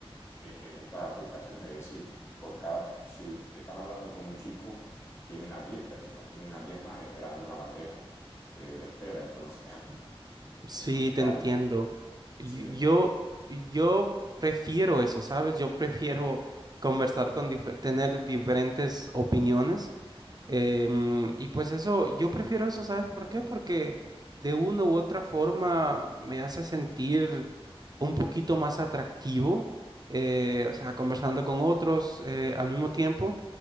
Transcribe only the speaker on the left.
en, en estas aplicaciones. Es decir, por cada, si están hablando con un chico, tienen a 10 personas, tienen a 10 más esperando en la bandeja de, de espera. Entonces, <laughs> entonces
allí,
sí, en-